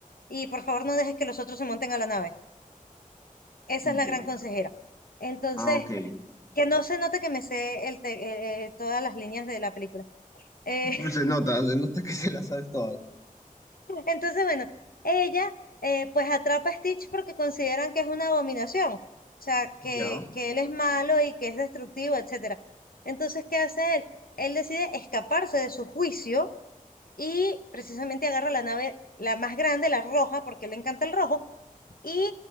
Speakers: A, on the left; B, on the left.
A: Y por favor no dejes que los otros se monten a la nave. Esa
B: Bien.
A: es la gran consejera. Entonces,
B: Ah, ok.
A: que no se note que me sé el te- eh, eh, todas las líneas de la película. Eh,
B: Pues se nota, se nota que se las sabes todas.
A: Entonces, bueno, ella eh, pues atrapa a Stitch porque consideran que es una abominación, o sea, que,
B: Ya.
A: que él es malo y que es destructivo, etcétera. Entonces, ¿qué hace él? Él decide escaparse de su juicio y precisamente agarra la nave, la más grande, la roja, porque le encanta el rojo, y